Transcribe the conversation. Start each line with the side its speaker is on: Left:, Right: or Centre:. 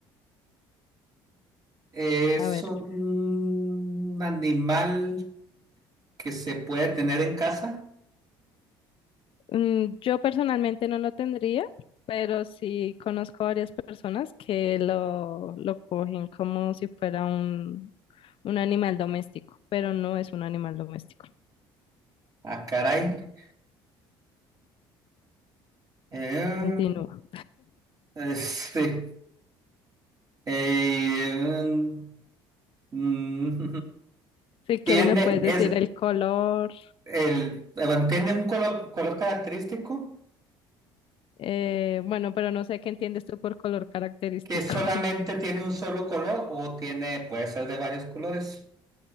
Right: es
Left: A ver,
Right: un animal que se puede tener en casa.
Left: mm, yo personalmente no lo tendría, pero sí conozco varias personas que lo, lo cogen como si fuera un, un animal doméstico, pero no es un animal doméstico.
Right: Ah, caray. Eh,
Left: Continúa. <laughs>
Right: este, eh, mm, <laughs>
Left: Si quieres
Right: tiende,
Left: me puedes
Right: es
Left: decir el color,
Right: el, eh, tiene un color, color característico
Left: eh, bueno, pero no sé qué entiendes tú por color característico.
Right: que solamente
Left: <laughs>
Right: tiene un solo color o tiene, puede ser de varios colores.